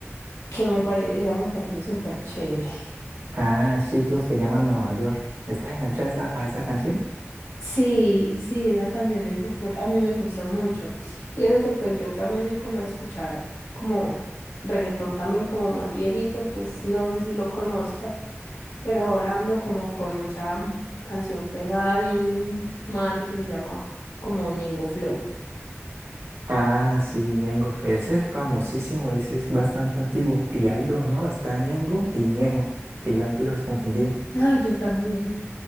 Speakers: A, on the left; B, on the right.
A: que me parece, esa me parece súper chévere.
B: Ah, sí, creo que llama Nueva York. ¿Estás enganchada a esa, a esa canción?
A: Sí, sí, esa canción es súper, a mí me gusta mucho. Y eso que pues yo también soy como de escuchar como reggaetón también como más viejito, entonces no sé si lo conozcas, pero ahora ando como con mucha mm, canción pegada de un man que se llama como Ñengo Flow.
B: Ah, sí, Ñengo. Ese es famosísimo, ese es bastante antiguo. Y hay dos, ¿no? Está Ñengo y Ñejo, que yo antes los confundía.
A: Ah, yo también.